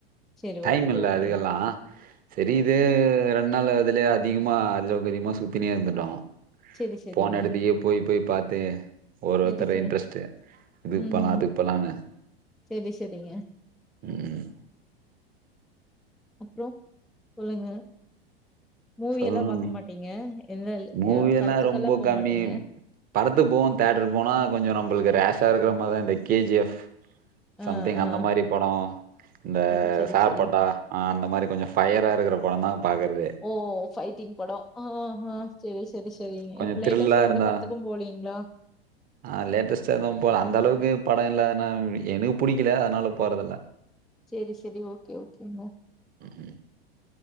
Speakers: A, in the centre; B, on the right.
A: சரி
B: டைம்
A: ஓகே
B: இல்ல
A: ஓகே.
B: அதுக்கெல்லா. சரி இது ரெண் ட் நாள்ல அதுலயே அதிகமா அளவுக்கதிகமா சுத்தினே இருந்துட்டோ.
A: சரி சரிங்க.
B: போன எடத்துக்கே போய் போய் பாத்து ஒரு
A: சரி
B: ஒருத்தர
A: சரி.
B: இன்ட்ரெஸ்ட் இதுக்கு
A: ம்ஹ்ம்.
B: போலா அதுக்கு போலான்னு
A: சரி சரிங்க.
B: ம்
A: அப்றோ சொல்லுங்க. மூவி
B: சொன்னோமே
A: எல்லாம் பாக்க மாட்டீங்க? எந்த
B: மூவி
A: அ
B: எல்லா
A: படத்துக்கெல்லாம்
B: ரொம்ப
A: போ
B: கம்மி
A: மாட்டீங்க?
B: படத்துக்கு போவோ தியேட்டருக்கு போனா கொஞ்சோ நம்பளுக்கு ரேஷ் ஷா இருக்குற மாரிதா இந்த கே ஜி எஃப்
A: ஆ
B: சம்திங்
A: ஆ.
B: அந்த மாரி படோ இந்த
A: செரி செரி
B: சார்பட்டா
A: செரி
B: ஆ அந்த மாரி கொஞ்சோ ஃபயரா இருக்குற படம்தா பாக்கறது.
A: ஓ ஃபைட்டிங் படோ ஆ ஹா செரி செரி செரிங்க
B: கொஞ்சோ
A: இப்ப
B: த்ரில்லா
A: லேட்டஸ்டா
B: இருந்தா
A: எந்த படத்துக்கும் போலீங்களா?
B: ஆ லேட்டஸ்ட்டா எதும் போல அந்த அளவுக்கு படோ இல்ல ஏன்னா எனுக்கு புடிக்கல அதனால போறதில்ல.
A: செரி செரி ஓகே ஓகேங்க.
B: ம்.